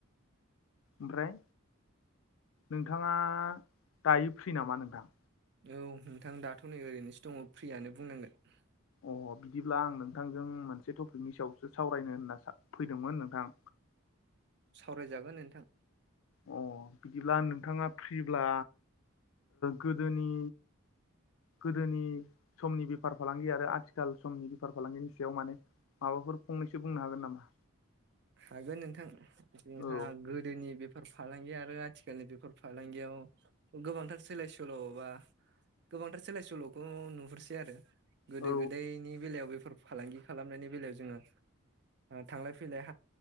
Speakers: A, on the left (about 70°); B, on the right (about 50°).
A: ओमफ्राय नोंथाङा दायो फ्रि नामा नोंथां?
B: औ नोंथां दाथ' नै ओरैनोसो दङ फ्रियानो बुंनांगोन।
A: अ बिदिब्ला आं नोंथांजों मोनसे टपिकनि सायावसो सावरायनो होनना फैदोंमोन नोंथां।
B: सावरायजागोन नोंथां।
A: अ बिदिब्ला नोंथाङा फ्रिब्ला गोदोनि गोदोनि समनि बेफार फालांगि आरो आथिखाल समनि बेफार फालांगिनि खायाव माने माबाफोर फंनैसो बुंनो हागोन नामा?
B: हागोन नोंथां, जोंहा
A: औ
B: गोदोनि बे बेफोर फालांगि आरो आथिखालनि बेफोर फालांगियाव गोबांथार सोलाय सोल'बा गोबांथार सोलाय सोल'खौ नुहरसै आरो। गोदो
A: औ
B: गोदायनि बेलायाव बेफोर फालांगि खालामनायनि बेलायाव जोङो, थांलाय फैलाय